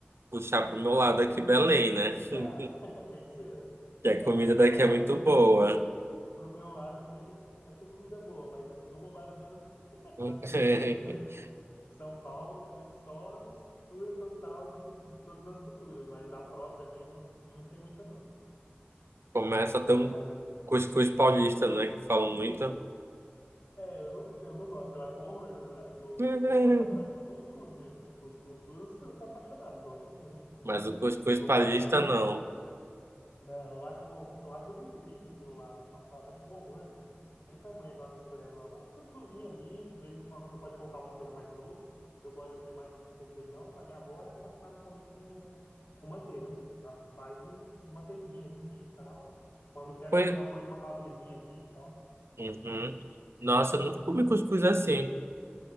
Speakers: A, on the right (about 85°); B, on the left (about 70°).
A: puxar pro meu lado aqui, Belém, né?
B: Ah,
A: <laughs>
B: <laughs> tem que ser, né?
A: Que a
B: É,
A: comida daqui
B: lá,
A: é muito boa.
B: pro meu lado aqui a gente até tem comida boa, mas é tudo roubada do- <laughs>
A: <laughs>
B: das outras regiões. São Paulo é só a mistura total de, de todas as culturas, mas a própria mesmo, assim, não tem muita, não.
A: Começa tão
B: Mas
A: ter um cuscuz paulista, né? Que falam muito.
B: É, eu não, eu não gosto, eu acho um horror, na verdade. Eu
A: <laughs>
B: sou apaixonado por cuscuz mesmo. Cuscuz, eu sou apaixonado, gosto muito. Minha...
A: Mas o cuscuz
B: Como meu
A: paulista,
B: pai é daí,
A: não.
B: né? Não, eu acho um, eu acho um crime aquilo lá. Nossa, eu acho um horror. Sem tamanho aquela mistureba lá. Eu gosto do cuscuzinho ali, de vez em quando você pode colocar alguma coisa mais doce. Eu gosto de comer mais com requeijão, mas minha avó é apaixonada em comer com, com manteiga mesmo. Ela faz e, e manteiguinha ali e tal. Quando quer
A: Pois...
B: fazer alguma coisa, uma calabresinha ali e tal.
A: Uhum. Nossa, eu nunca comi cuscuz assim.